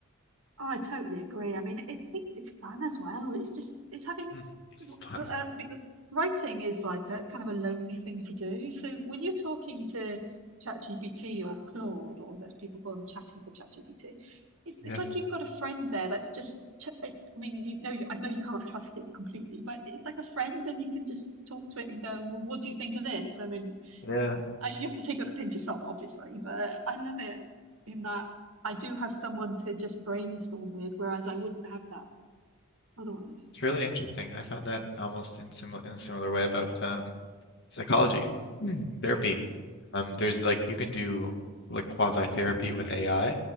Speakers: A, on the right (about 75°); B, on the left (about 55°).
A: Oh, I totally agree. I mean, it, it's it's fun as well. It's just it's having
B: Hmm, it
A: because
B: is fun.
A: uh, b- writing is like a kind of a lonely thing to do. So when you're talking to ChatGPT or Claude, or as people call them, Chatty for ChatGPT, it's
B: Yeah.
A: it's like you've got a friend there that's just. Ch I mean, you know, I know you can't trust it completely, but it's like a friend, and you can just talk to it and go, "Well, what do you think of this?" And then
B: Yeah.
A: I, you have to take it with a pinch of salt, obviously, but I love it in that I do have someone to just brainstorm with, whereas I wouldn't have that otherwise.
B: It's really interesting. I found that almost in similar in a similar way about um, psychology, Hmm. therapy. Um, there's like you can do like quasi therapy with AI.